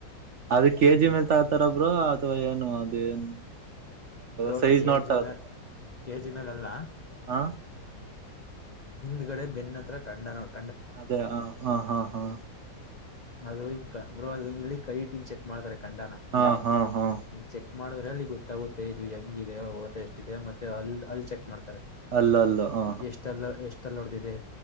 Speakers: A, on the right; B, on the left.
A: ಅದು ಕೆಜಿ
B: ಹ್ಮ್
A: ಮೇಲ್ ತಗತಾರ ಬ್ರೋ ಅಥವಾ ಏನು ಅದು ಏನ್.
B: ಬ್ರೋ
A: ಸೈಜ್
B: ಕೆಜಿ
A: ನೋಡ್ತಾ ಅದು
B: ಮ ಕೆಜಿ ಮೇಲೆಲ್ಲ.
A: ಹ
B: ಹಿಂದ್ಗಡೆ ಬೆನ್ನತ್ರ ಕಂಡನೋಡ್
A: ಅದೇ ಹ ಹಾ ಹಾ ಹಾ
B: ಅದು ಹಿಂಗ್ ಬ್ರೋ ಅದು ಇಲ್ಲಿ ಕೈ ಇಟ್ಟು ಚೆಕ್ ಮಾಡ್ತಾರೆ ಖಂಡನ.
A: ಹಾ ಹಾ ಹಾ
B: ಚೆಕ್ ಮಾಡಿದ್ರೆ ಅಲ್ಲಿ ಗೊತ್ತಾಗುತ್ತೆ ಇದು ಹೆಂಗಿದೆ ವೋತ ಎಷ್ಟಿದೆ ಮತ್ತೆ ಅಲ್ ಅಲ್ಲಿ ಚೆಕ್ ಮಾಡ್ತಾರೆ.
A: ಅಲ್ಲಲ್ಲ ಹ
B: ಎಷ್ಟಲ್ಲ ಎಷ್ಟಲ್ಲ ಹೊಡೆದಿದೆ.